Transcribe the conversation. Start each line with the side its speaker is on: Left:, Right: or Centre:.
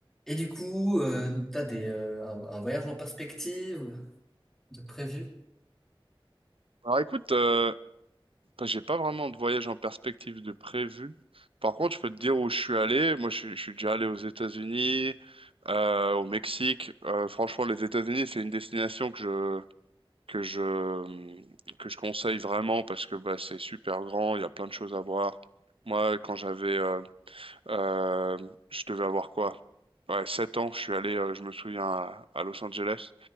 Centre: Et du coup, euh, t'as des, euh, un, un voyage en perspective de prévu?
Right: Alors écoute, euh, bah, j'ai pas vraiment de voyage en perspective de prévu. Par contre, je peux te dire où je suis allé. Moi, je, suis je suis déjà allé aux États-Unis, euh, au Mexique. Euh, franchement, les États-Unis, c'est une destination que je que je hum, que je conseille vraiment parce que bah, c'est super grand, il y a plein de choses à voir. Moi, quand j'avais euh, euh, je devais avoir quoi? Ouais, 7 ans, je suis allé, euh, je me souviens, à, à Los Angeles.